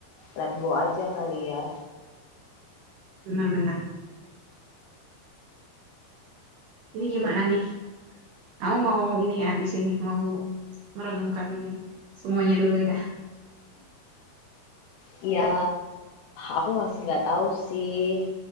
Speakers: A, on the left; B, on the right.
A: let go aja kali ya.
B: Benar-benar. Jadi gimana
A: Gitu.
B: nih? Kamu mau ini ya, habis ini mau merenungkan semuanya dulu ya.
A: Ya, aku masih nggak tahu sih.